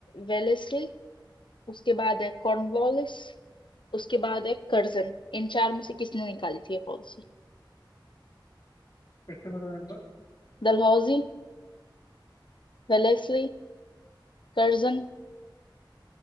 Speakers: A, on the left; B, on the left.
A: वेलेस्ली उसके बाद है कॉर्नवालिस उसके बाद है कर्जन इन चार में से किसने निकाली थी ये पॉलिसी
B: फिर से बताओ एक बार
A: डलहौजी वेलेस्ली कर्जन